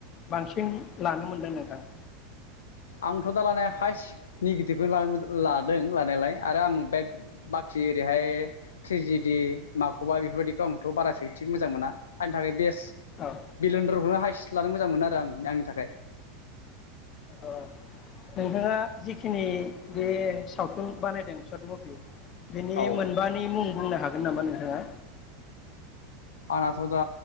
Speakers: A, on the left; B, on the left.
A: बांसिन लानो मोनदों नोंथां?
B: आंथ' दा लानाया हाइस्ट निगेटिभखौ लानो मोनदो लादों लानायालाय आरो आं बे बाखि ओरैहाय थ्रिजिडि माखौबा बेफोरबायदिखौ आंथ बारासो थिग मोजां मोना आंनि थाखाय बेस्ट । बिलनद्रआनो
A: औ
B: हायस्थ लानो मोजां मोनो आरो आं आंनि थाखाय ।
A: अ नोंथाङा जिखिनि बे सावथुन बानायदों सर्ट मुभि बिनि
B: औ
A: मोनबानि मुं बुंनो हागोन नामा नोंथाङा?
B: आंनाथ' दा